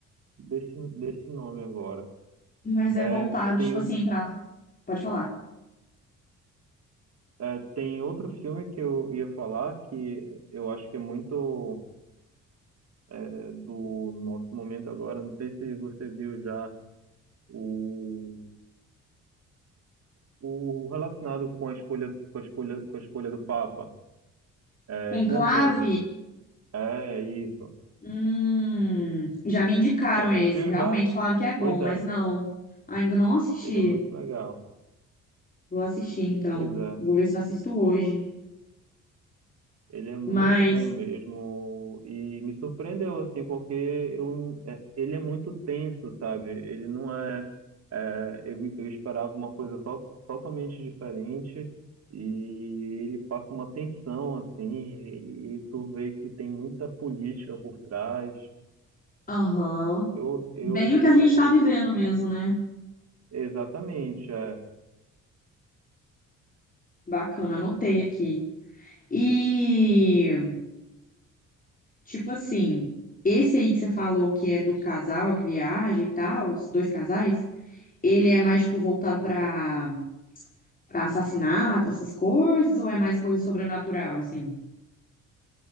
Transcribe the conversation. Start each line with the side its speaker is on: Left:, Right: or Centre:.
Right: desse desse nome agora.
Left: Mas
Right: É,
Left: é voltado,
Right: Tem
Left: tipo assim, pra. Pode falar.
Right: É, tem outro filme que eu ia falar que eu acho que é muito é, do nosso momento agora. Não sei se você viu já o, o relacionado com a escolha, com a escolha, com a escolha do Papa, é,
Left: Conclave?
Right: Conclave. É isso.
Left: Hum, já me indicaram
Right: Você assistiu
Left: esse. Realmente
Right: já?
Left: falaram que é bom,
Right: Pois é,
Left: mas não. Ainda não assisti.
Right: ele é muito legal.
Left: Vou assistir, então.
Right: Pois é.
Left: Vou ver se eu assisto hoje.
Right: Ele é muito
Left: Mas,
Right: bom mesmo e me surpreendeu assim, porque eu, é, ele é muito tenso, sabe? Ele não é, é, eu, eu esperava uma coisa to, totalmente diferente e ele passa uma tensão assim e, e tu vê que tem muita política por trás.
Left: aham.
Right: Eu, eu,
Left: Bem o que
Right: eu
Left: a gente
Right: achei
Left: tá vivendo
Right: mu-
Left: mesmo, né?
Right: exatamente, é.
Left: Bacana, anotei aqui. E, tipo assim, esse aí que você falou que é do casal que viaja e tal, os dois casais, ele é mais, tipo, voltado pra. Pra assassinato, essas coisas, ou é mais coisa sobrenatural, assim?